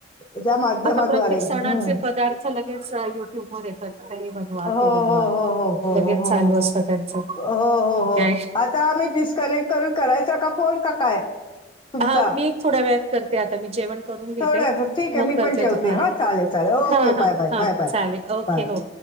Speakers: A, on the left; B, on the right.
A: ज्या माध्यमाद्वारे.
B: आता प्रत्येक सणाचे
A: हम्म.
B: पदार्थ लगेच युट्युबर येतात. हे बनवा
A: हो
B: ते बनवा.
A: हो हो हो हो
B: लगेच
A: हो
B: चालू
A: हो हो
B: असत त्यांचं.
A: हो हो
B: मग
A: हो.
B: काय
A: आता आम्ही डिस्कनेक्ट करून, करायचा का फोन? का, काय? तुमचा?
B: हा मी
A: <unintelligible>
B: एक थोड्या वेळात करते आता मी जेवण करून घेते.
A: ठीकय.
B: मग
A: मी
B: करते
A: पण जेवते.
B: तुम्हाला.
A: हा, चालेल. चाल ओके.
B: हां,
A: बाय.
B: हां,
A: बाय,
B: हां.
A: बाय, बाय,
B: चालेल. ओके
A: बाय.
B: हो